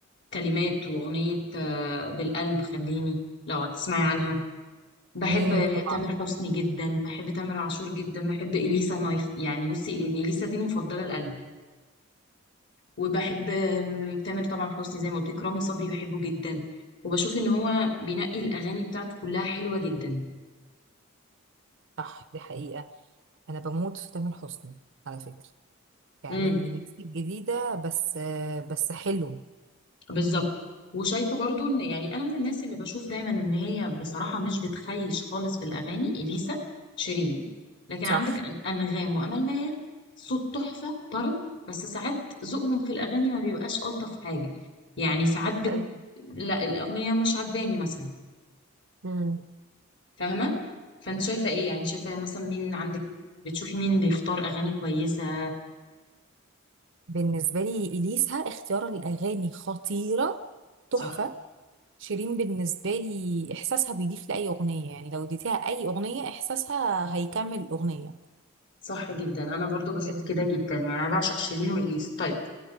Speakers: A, on the left; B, on the right.
A: كلمات واغنيه آه، بالقلب خليني لو هتسمعي عنها بحب
B: امم طبعا
A: تامر حسني جدا بحب تامر عاشور جدا بحب اليسا نايف يعني بصي اليسا دي مفضله لقلبي وبحب آم، تامر طبعا حسني زي ما قلت لك رامي صبري بحبه جدا وبشوف ان هو بينقي الاغاني بتاعته كلها حلوه جدا
B: صح دي حقيقه انا بموت في تامر حسني على فكره يعني
A: امم
B: من الناس الجديدة بس بس حلو
A: بالظبط وشايفه برضو ان يعني انا من الناس اللي بشوف دايما ان هي بصراحه مش بتخيش خالص في الاغاني اليسا شيرين لكن
B: صح
A: عندك أن- انغام وامال ماهر صوت تحفه طرب بس ساعات ذوقهم في الاغاني ما بيبقاش الطف حاجه يعني ساعات
B: حقيقي.
A: بت... لا الاغنيه مش عجباني مثلا
B: مم.
A: فاهمة فانت شايفة ايه يعني شايفة مثلا مين عندك بتشوفي مين بيختار اغاني كويسة
B: بالنسبة لي إليسا اختيار الأغاني خطيرة تحفة
A: صح
B: شيرين بالنسبة لي إحساسها بيضيف لأي أغنية يعني لو اديتيها أي أغنية إحساسها هيكمل الأغنية
A: صح جدا انا برضو بشوف
B: آه،
A: كده جدا يعني انا بعشق شيرين واليسا طيب